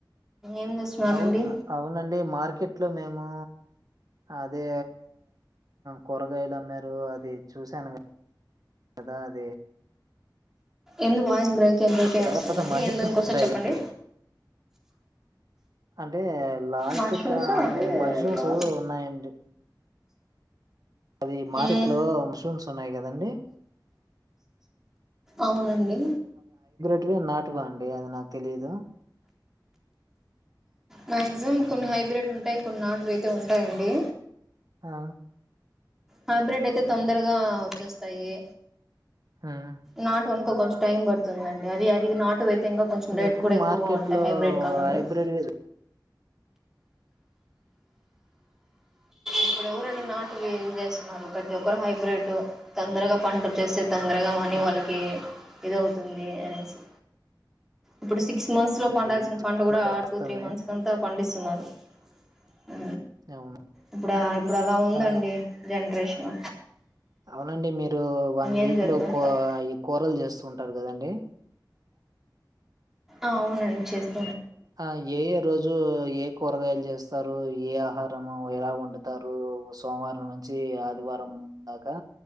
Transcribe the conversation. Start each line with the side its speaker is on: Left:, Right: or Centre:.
Centre: ఏం చేస్తున్నారండి
Right: అవును అవునండి మార్కెట్ లో మేము అదే కూరగాయలు అమ్మారు అది చూసాను కదా అది
Centre: ఎందో వాయిస్ బ్రేక్ బ్రేక్ అయి
Right: తర్వాత
Centre: వస్తుందండి
Right: మష్రూమ్స్
Centre: ఎందో ఇంకోసరి
Right: ఉంటాయి
Centre: చెప్పండి
Right: గదా! అంటే లాస్ట్
Centre: మాస్టర్సా
Right: కు
Centre: అంటే
Right: మష్రూమ్స్
Centre: లాస్ట్
Right: ఉన్నాయండి అది మార్కెట్
Centre: మ్మ్
Right: లో మష్రూమ్స్ ఉన్నాయి కదండి
Centre: అవునండి
Right: ఇది నాటువా అండి అది నాకు తెలీదు
Centre: మాక్సిమం కొన్ని హైబ్రిడ్ ఉంటాయి కొన్ని నాటువి అయితే ఉంటాయండి
Right: ఆ
Centre: హైబ్రిడ్ అయితే తొందరగా వచ్చేస్తాయి
Right: హ్మ్.
Centre: నాట్ వన్కో కొంచెం టైం పడుతుందండి అది అది నాట్ ఇంకా కొంచెం
Right: కానీ
Centre: రేటు
Right: ఎక్కువ
Centre: కూడా ఎక్కువగా
Right: మార్కెట్‌లో
Centre: ఉంటాయి హైబ్రిడ్ కన్నా
Right: హైబ్రిడ్‌వే
Centre: కూడా ఇప్పుడు ఎవరండి నాటువి ఏస్తున్నారు ప్రతి ఒక్కరు హైబ్రిడ్ తొందరగా పంట వస్తదని తొందరగా మనీ
Right: చూస్తున్నా.
Centre: వాళ్ళకి ఇదివుతుంది అనేసి ఇప్పుడు సిక్స్ మంత్స్ లో పండాల్సిన
Right: అది మీరు చెప్పింది
Centre: పంట కూడా
Right: వాస్తవమే.
Centre: టూ త్రీ మంత్స్ లో పండిస్తున్నారు అ
Right: అవును
Centre: ఇప్పుడు ఇప్పుడు అలా ఉందండి
Right: ఆ!
Centre: జనరేషన్
Right: అవునండి మీరు వన్ వీక్
Centre: ఏం చేద్దాం
Right: లో
Centre: తప్
Right: ఈ కూరలు చేస్తూ ఉంటారు కదండి
Centre: అవునండి చేస్త
Right: ఆ ఏ ఏ రోజు ఏ కూరగాయలు చేస్తారు ఏ ఆహారము ఎలా వండుతారు సోమవారం నుంచి ఆదివారం దాకా